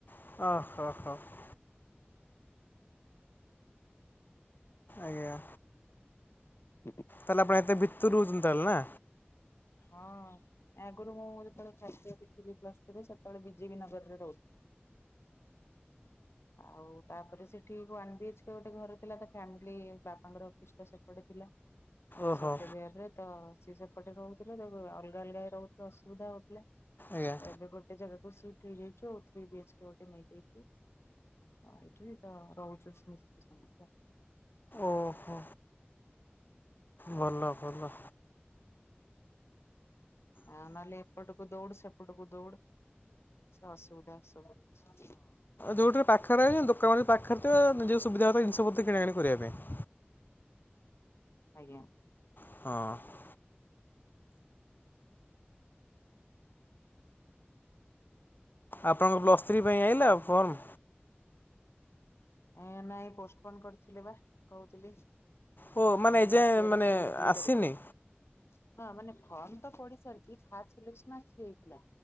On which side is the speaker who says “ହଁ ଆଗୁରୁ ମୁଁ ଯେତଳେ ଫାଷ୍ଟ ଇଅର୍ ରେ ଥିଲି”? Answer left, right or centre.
Left